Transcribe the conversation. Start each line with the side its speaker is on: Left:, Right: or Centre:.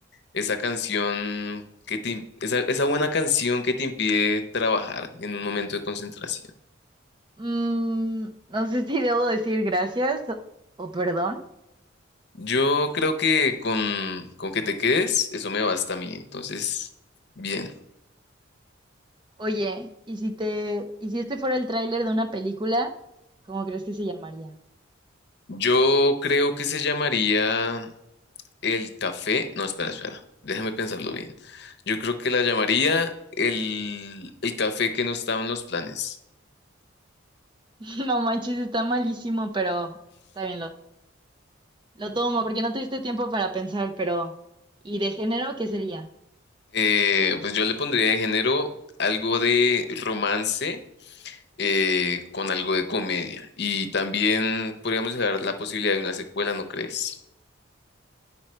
Left: esa canción que te, im- esa, esa buena canción que te impide trabajar en un momento de concentración.
Right: Mm, no sé si debo decir gracias o, o perdón.
Left: Yo creo que con, con que te quedes, eso me basta a mí. Entonces, bien.
Right: Oye, ¿y si te, y si este fuera el tráiler de una película, cómo crees que se llamaría?
Left: Yo creo que se llamaría el café. No, espera, espera. Déjame pensarlo bien. Yo creo que la llamaría el, el café que no estaba en los planes.
Right: <laughs> No manches, está malísimo, pero está bien, lo, Lo tomo porque no tuviste tiempo para pensar, pero ¿y de género qué sería?
Left: Eh, pues yo le pondría de género algo de romance eh, con algo de comedia. Y también podríamos dejar la posibilidad de una secuela, ¿no crees?